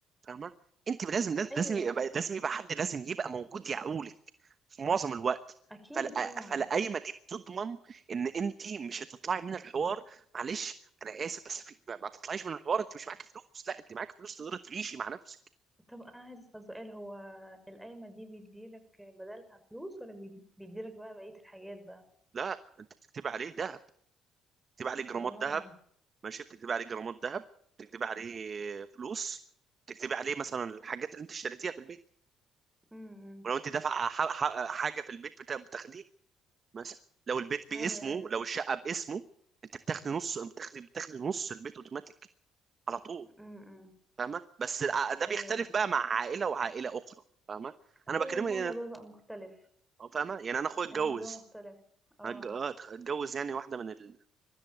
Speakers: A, on the right; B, in the centre.
A: فاهمه انت لازم
B: ايوه
A: لازم يبقى لازم يبقى حد لازم يبقى موجود يعولك في معظم الوقت
B: اكيد
A: فال-
B: طبعا
A: فالقايمه دي بتضمن ان انت مش هتطلعي من الحوار معلش انا اسف بس في ما ما تطلعيش من الحوار انت مش معاك فلوس لا انت معاك فلوس تقدري تعيشي مع نفسك
B: طب انا عايز اسال سؤال هو القايمه دي بيديلك بدلها فلوس ولا بي- بيديلك بقى بقيه الحاجات بقى
A: لا انت بتكتبي عليه دهب بتكتبي عليه جرامات
B: اه
A: دهب ماشي بتكتبي عليه جرامات ذهب بتكتبي عليه فلوس بتكتبي عليه مثلا الحاجات اللي انت اشتريتيها في البيت
B: امم
A: ولو انت دافعه ح- ح- حاجه في البيت بتا- بتاخديه مثلا لو البيت باسمه
B: ايوه ايوه
A: لو الشقه باسمه انت بتاخدي نص بتاخدي بتاخدي نص البيت اوتوماتيك على طول
B: امم
A: فاهمه بس الع- ده
B: ايوه
A: بيختلف بقى مع عائله وعائله اخرى فاهمه انا
B: ايوه
A: بكلمك
B: ما
A: يعني-
B: هو الموضوع بقى مختلف
A: آه، فاهمه يعني انا اخويا اتجوز
B: الموضوع مختلف اه
A: هتج- اه، اتجوز يعني واحده من ال...